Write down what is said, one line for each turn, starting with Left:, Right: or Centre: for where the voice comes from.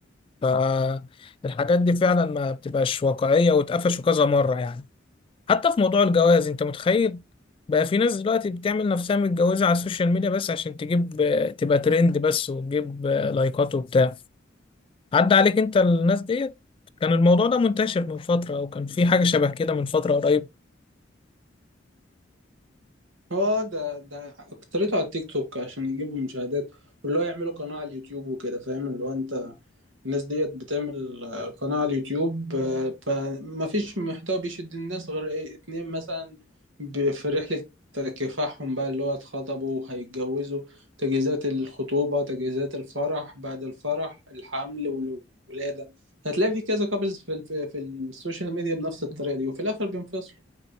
Left: فالحاجات دي فعلا ما بتبقاش واقعية واتقفشوا كذا مرة يعني حتى في موضوع الجواز انت متخيل بقى في ناس دلوقتي بتعمل نفسها متجوزة على السوشيال ميديا بس عشان تجيب آه، تبقى ترند بس وتجيب آه، لايكات وبتاع عدى عليك انت الناس ديت كان الموضوع ده منتشر من فترة او كان في حاجة شبه كده من فترة قريب
Right: هو ده ده اكترته على التيك توك عشان يجيبوا مشاهدات واللي هو يعملوا قناة على اليوتيوب وكده فاهم اللي هو انت الناس ديت بتعمل آه، قناة على اليوتيوب آه، فما فيش محتوى بيشد الناس غير ايه اتنين مثلا ب- في رحلة كفاحهم بقى اللي هو اتخطبوا وهيتجوزوا تجهيزات الخطوبة تجهيزات الفرح بعد الفرح الحمل والولادة هتلاقي في كذا كابلز في في في السوشيال ميديا بنفس الطريقة دي وفي الآخر بينفصلوا